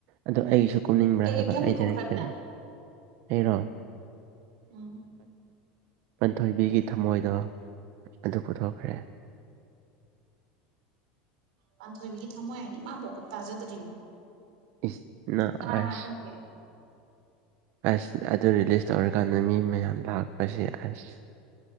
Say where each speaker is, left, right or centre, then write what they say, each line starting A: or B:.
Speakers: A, on the right; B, on the right.
A: ꯑꯗ ꯑꯩꯁꯨ ꯀꯨꯝꯅꯤꯡꯕ꯭ꯔꯥ
B: ꯀꯩꯀꯩ
A: ꯍꯥꯏꯕ
B: ꯐꯤꯂꯝ
A: ꯑꯩ
B: ꯄꯨꯊꯣꯛꯈ꯭ꯔꯒꯦ
A: ꯗꯥꯏꯔꯦꯛꯇꯔꯤꯅꯤ
B: ꯅꯪ
A: ꯑꯩꯔꯣꯊ
B: ꯎꯝ
A: ꯄꯟꯊꯣꯏꯕꯤꯒꯤ ꯊꯃꯣꯏꯗꯣ ꯑꯗꯨ ꯄꯨꯊꯣꯛꯈ꯭ꯔꯦ
B: ꯄꯥꯟꯊꯣꯏꯕꯤꯒꯤ ꯊꯝꯃꯣꯏ ꯍꯥꯏꯗꯤ ꯏꯃꯥ ꯄꯣꯛꯀꯞ ꯇꯥꯖꯗ꯭ꯔꯤ
A: ꯏꯁꯅꯑꯁ
B: ꯀꯅꯥ ꯀꯅꯥ ꯀꯨꯝꯒꯦ
A: ꯑꯁ ꯑꯗꯨ ꯔꯤꯂꯤꯁ ꯇꯧꯔꯀꯥꯟꯗ ꯃꯤ ꯃꯌꯥꯝ ꯂꯥꯛꯄꯁꯦ ꯑꯁ